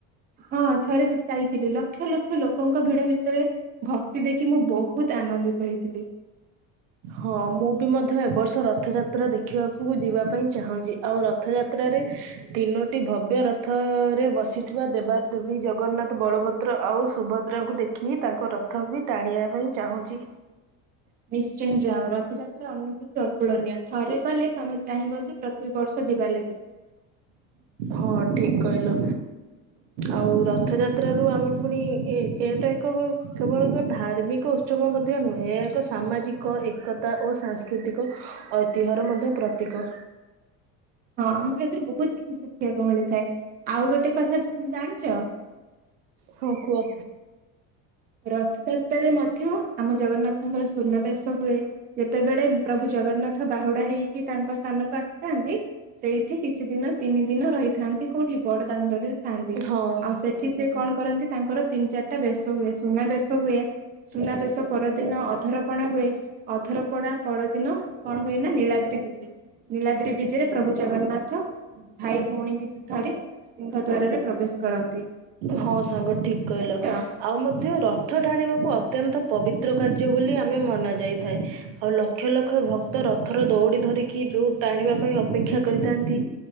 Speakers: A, on the right; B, on the right.
A: ହଁ ଥରେ ଯାଇଥିଲି ଲକ୍ଷ ଲକ୍ଷ ଲୋକଙ୍କ ଭିଡ ଭିତରେ ଭକ୍ତି ଦେଖି ମୁଁ ବହୁତ ଆନନ୍ଦିତ ହେଇଥିଲି।
B: ହଁ ମୁଁ ବି ମଧ୍ୟ ଏବର୍ଷ ରଥଯାତ୍ରା ଦେଖିବାକୁ ଯିବା ପାଇଁ ଚାହୁଁଛି ଆଉ ରଥଯାତ୍ରା ଯାତ୍ରାରେ ତିନୋଟି ଭବ୍ୟ ରଥରେ ବସିଥିବା ଦେବାଦେବୀ ଜଗନ୍ନାଥ ବଳଭଦ୍ର ଦ୍ର ଆଉ ସୁଭଦ୍ରାଙ୍କୁ ଦେଖି ତାଙ୍କ ରଥ ବି ଟାଣିବା ପାଇଁ ଚାହୁଁଛି।
A: ନିଶ୍ଚୟ ଯାଅ ରଥଯାତ୍ରା ଅନୁଭୂତି ଅତୁଳନୀୟ। ଥରେ କଲେ ତମେ ଚାହିଁବ ଯେ ପ୍ରତି ବର୍ଷ ଯିବା ଲାଗି।
B: ହଁ ଠିକ କହିଲ। ଆଉ ରଥଯାତ୍ରାରୁୁ ଆମେ ପୁଣି ଏଇଟା ଏକ କେବଳ ଏକ ଧାର୍ମିକ ଉମ ମଧ୍ୟ ନୁହେଁ ଏହା ଏକ ସାମାଜିକ ଏକତା ଓ ସାଂସ୍କୃତିକ ଐତିହ୍ୟର ମଧ୍ୟ ପ୍ରତୀକ।
A: ହଁ ଆମକୁ ଏଥିରୁ ବହୁତ କିଛି ଶିଖିବାକୁ ମିଳିଥାଏ ଆଉ ଗୋଟେ କଥା ଜାଣିଛ?
B: ହଁ କୁହ?
A: ରଥଯାତ୍ରାରେ ମଧ୍ୟ ଆମ ଜଗନ୍ନାଥଙ୍କର ସୁନାବେସ ହୁଏ ଯେତେବେଳେ ପ୍ରଭୁ ଜଗନ୍ନାଥ ବାହୁଡା ହେଇକି ତାଙ୍କ ସ୍ଥାନକୁ ଆସିଥାନ୍ତି। ସେଇଠି କିଛି ଦିନ ତିନି ଦିନ ରହିଥାନ୍ତି କୋଉଠି ବଡ ତାଣ୍ଡରେ ଥାନ୍ତି
B: ହଁ
A: ଆଉ ସେଠି ସେ କଣ କରନ୍ତି ତାଙ୍କର ତିନି ଚାରିଟା ବେଶ ହୁଏ ସୁନା ବେଶ ହୁଏ। ସୁନାବେଶ ପରଦିନ ଅଧରପଣା ହୁଏ। ଅଧର ପଡା ପରଦିନ କଣ ହୁଏ ନା ନୀଳାଦ୍ରି ବିଜେ ନୀଲାଦ୍ରି ବିଜେରେ ପ୍ରଭୁ ଜଗନ୍ନାଥ ଭାଇ ଭଉଣୀ କି ଧରି ସିଂହ ଦ୍ୱାରରେ ପ୍ରବେଶ କରନ୍ତି।
B: ହଁ ସାଙ୍ଗ ଠିକ କହିଲ।
A: ଜାଣିଛ?
B: ଆଉ ମଧ୍ୟ ରଥ ଟଣିବାକୁ ଅତ୍ୟନ୍ତ ପବିତ୍ର କାର୍ଯ୍ୟ ବୋଲି ଆମେ ମନାଯାଇଥାଏ। ଆଉ ଲକ୍ଷ ଲକ୍ଷ ଭକ୍ତ ରଥର ଦଉଡି ଧରିକି ଯୋଉ ଟାଣିବା ପାଇଁ ଅପେକ୍ଷା କରି ଥାନ୍ତି